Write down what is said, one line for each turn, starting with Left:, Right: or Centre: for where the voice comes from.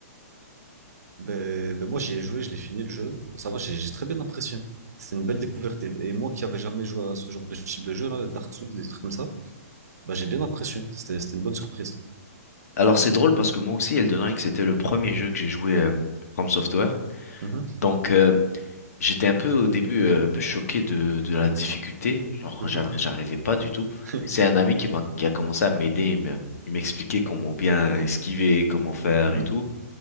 Right: Ben, ben moi, j'y ai joué, je l'ai fini le jeu. Ça va, j'ai j'ai très bien apprécié. C'était une belle découverte. Et, et moi qui avais jamais joué à ce genre de type de jeu, là, Dark Souls, des trucs comme ça, ben, j'ai bien apprécié. C'était, c'était une bonne surprise.
Left: Alors c'est drôle parce que moi aussi Elden Ring c'était le premier jeu que j'ai joué euh, From Software.
Right: Mhm,
Left: Donc euh, j'étais un peu au début euh, un peu choqué de, de la difficulté, genre
Right: mhm,
Left: j'arri- j'arrivais pas du tout.
Right: <laughs>
Left: Et c'est un ami qui m'a qui a commencé à m'aider, il me- il m'expliquait comment bien esquiver, comment faire
Right: mhm,
Left: et tout.